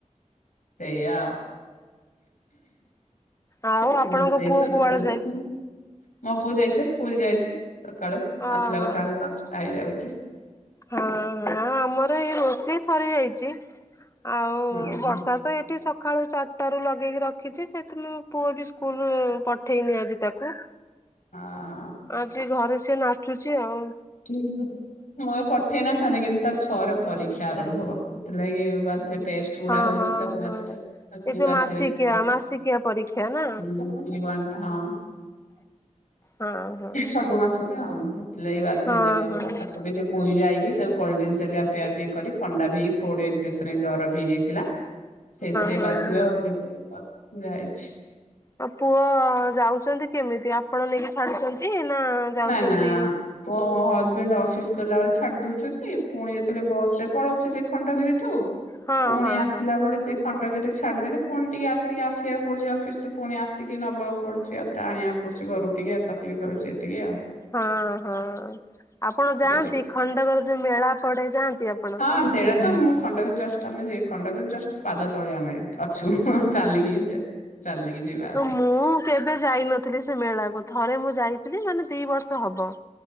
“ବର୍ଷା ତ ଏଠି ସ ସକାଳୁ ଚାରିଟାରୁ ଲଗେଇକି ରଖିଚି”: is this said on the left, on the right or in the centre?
Left